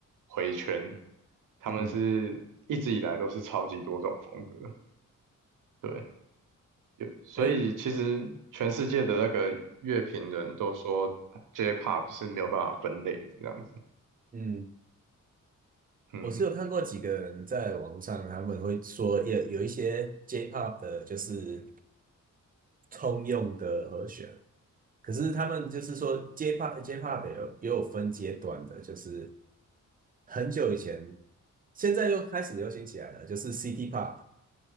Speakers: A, on the right; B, on the right.
A: 回圈，他们是一直以来都是超级多种风格，
B: 嗯，
A: 对，有，所以其实全世界的那个乐评人都说
B: 哎，
A: J-pop 是没有办法分类的这样子，
B: 嗯。
A: 嗯，
B: 我是有看过几个人在网上，他们会说有有一些 J-pop 的，就是通用的和弦，可是他们就是说 J-pop J-pop 也有也有分阶段的，就是很久以前，现在又开始流行起来了，就是 City Pop。